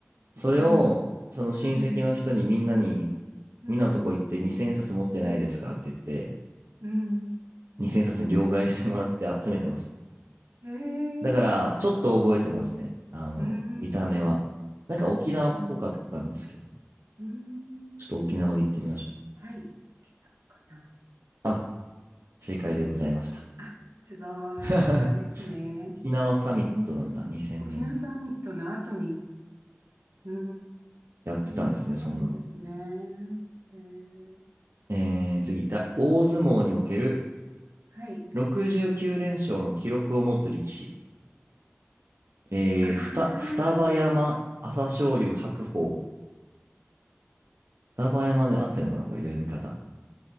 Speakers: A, on the right; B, on the right.
A: それを、
B: うんうん。
A: その親戚の人にみんなに、
B: うん。うん。
A: みんなのとこ行って2000冊持ってないですかって言って、
B: うん。うん。
A: 2000冊に両替してもらって集めてました。
B: へえ。
A: だから、ちょっと覚えてますね。
B: うん。
A: あの、
B: うーん。
A: 見た目は。なんか沖縄っぽかったんですけど、
B: そうですか。うーん。
A: ちょっと沖縄で行ってみましょう。
B: はい。かな。
A: あ、正解でございました。
B: あ、すごい。
A: <laughs>
B: さすがですね。
A: 沖縄サミットなんだ、
B: えー、
A: 2000年の。
B: 沖縄サミットの後に、うー
A: やってたんですね、
B: ん、そうなんですね。
A: そんなの。
B: えー、
A: えー、次、だ、大相撲における
B: か。はい。
A: 69連勝の記録を持つ力士。えー、
B: あー、
A: ふた、双葉山朝青龍白鵬。双葉山で合ってるのかなこれ読み方。